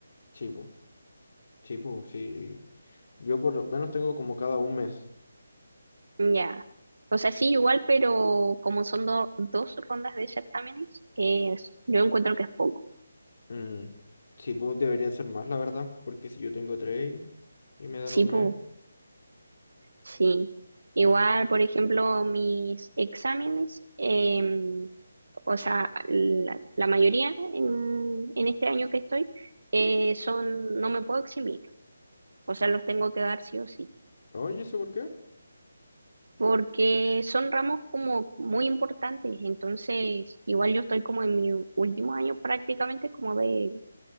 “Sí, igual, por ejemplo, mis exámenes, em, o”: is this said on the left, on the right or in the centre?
Right